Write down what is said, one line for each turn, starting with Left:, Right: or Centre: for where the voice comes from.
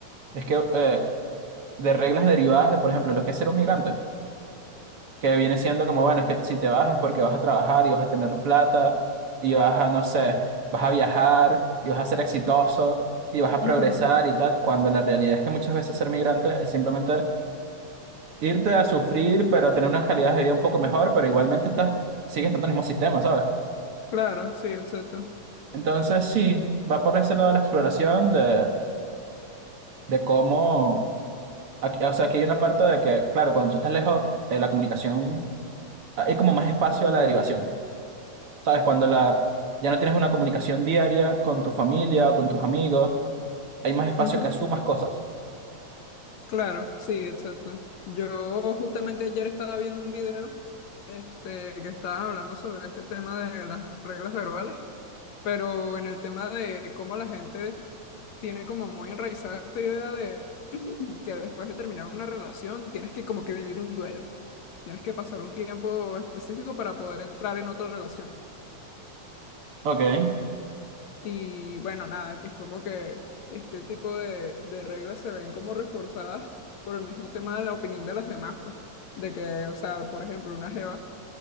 Right: es que, eh, de reglas derivadas de, por ejemplo, lo que es ser un migrante. que viene siendo como, bueno, es que si te vas es porque vas a trabajar y vas a tener plata y vas a, no sé, vas a viajar y vas a ser exitoso y vas a
Left: Ujú,
Right: progresar y tal, cuando la realidad es que muchas veces ser migrante es simplemente irte a sufrir, pero tener unas calidades de vida un poco mejor, pero igualmente estás, sigues estando en el mismo sistema, ¿sabes?
Left: Claro, sí, exacto.
Right: Entonces sí, va por ese lado de la exploración de, de cómo, aquí- o sea, aquí hay una parte de que, claro, cuando tú estás lejos, eh, la comunicación, ah, hay como más espacio a la derivación. ¿Sabes? Cuando la, ya no tienes una comunicación diaria con tu familia o con tus amigos, hay más espacio
Left: Ujú,
Right: que asumas cosas.
Left: Claro, sí, exacto. Yo justamente ayer estaba viendo un video este, que estaba hablando sobre este tema de las reglas verbales, pero en el tema de cómo la gente tiene como muy enraizada esta idea de que después de terminar una relación tienes que como que vivir un duelo. Tienes que pasar un tiempo específico para poder entrar en otra relación.
Right: Ok,
Left: Y bueno, nada, que es como que este tipo de, de reglas se ven como reforzadas por el mismo tema de la opinión de las demás, pues. De que, o sea, por ejemplo, una jeva